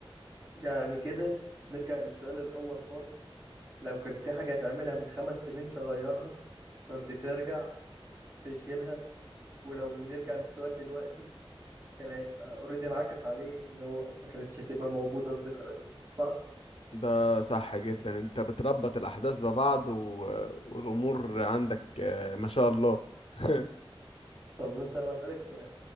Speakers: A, on the right; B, on the left.
A: يعني كده نرجع للسؤال الأول خالص، لو كان في حاجة هتعملها من 5 سنين تغيّرها كنت ترجع تشيلها ولو نرجع للسؤال دلوقتي كان هيبقى اوريدي انعكس عليه ان هو ما كانتش هتبقى موجودة الذكرى دي صح؟
B: ده صح جدا انت بتربط الاحداث ببعض و... والامور عندك آه، ما شاء الله <laughs>
A: طب انت مسألك سؤال